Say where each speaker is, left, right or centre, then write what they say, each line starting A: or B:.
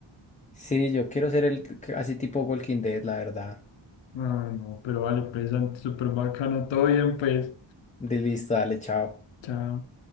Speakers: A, on the left; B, on the left.
A: Sí, yo quiero ser el así tipo Walking Dead, la verdad.
B: Ah, no, pero vale, pues, Santi, súper bacano, todo bien, pues.
A: De listo, dale, chao.
B: Chao.